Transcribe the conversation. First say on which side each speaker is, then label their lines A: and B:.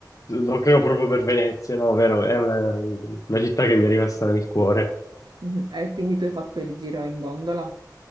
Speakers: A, on the left (about 50°); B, on the right (about 80°).
A: lo creo proprio per Venezia, no, vero? È una, una città che mi è rimasta nel cuore.
B: Mhm. E quindi tu hai fatto il giro in gondola?